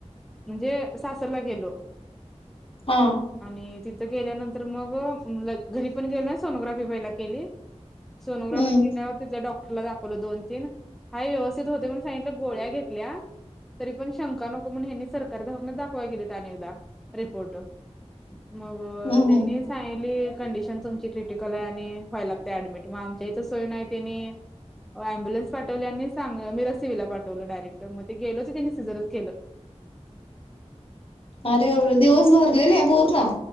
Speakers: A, in the centre; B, on the left (about 50°).
A: -म्हणजे सासरला गेलो.
B: हा.
A: आणि तिथं गेल्यानंतर मग -घरी पण गेलो न सोनोग्राफी पहिला केली. सोनोग्राफी
B: हम्म
A: केल्यावर तिथ डॉ डॉक्टरला दाखवलं दोन तीन. हाय, व्यवस्थित होते पण सांगितले गोळ्या घेतल्या तरी पण शंका नको म्हणून ह्यांनी सरकारी दवाखान्यात दाखवायला नेलत आणि एकदा, रिपोर्ट. मग
B: हम्म
A: -त्यांनी
B: हम्म
A: सांगीतल- कंडिशन तुमची क्रिटिकल आहे. आणि व्हाय लागते ऍडमिट मग आमच्या इथ सोय नाही, त्यांनी अमबुलन्स पाठवली. आणि सांगल मिरजसेवेला पाठवलं डायरेक्ट. मग ते गेलो तर त्यांनी सिझरच केलं.
B: अरे दिवस भरलेले नव्हे का?